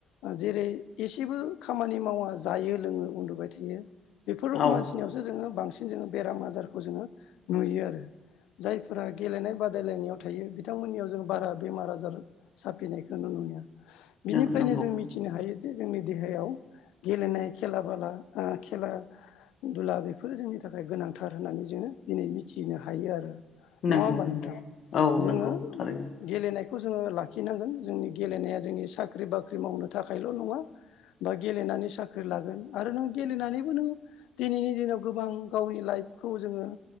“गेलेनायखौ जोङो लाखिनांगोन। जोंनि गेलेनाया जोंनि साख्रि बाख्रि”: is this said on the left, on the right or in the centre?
Left